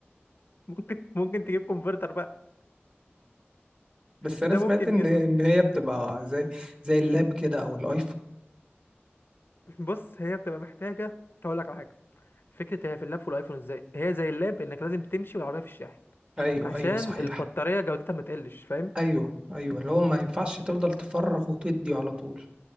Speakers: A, on the left (about 60°); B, on the right (about 25°).
A: ممكن ممكن تجيب كونفرتر بقى
B: بس انا
A: ده
B: سمعت
A: ممكن
B: ان
A: يظبط
B: ان هي بتبقى زي زي اللاب كده او الايفون
A: بص هي بتبقى محتاجه هقول لك على حاجه فكره هي في اللاب والايفون ازاي هي زي اللاب انك لازم تمشي والعربيه في الشاحن
B: ايوه
A: عشان
B: ايوه صحيح
A: البطاريه جودتها ما تقلش فاهم
B: ايوه ايوه اللي هو ما ينفعش تفضل تفرغ وتدي على طول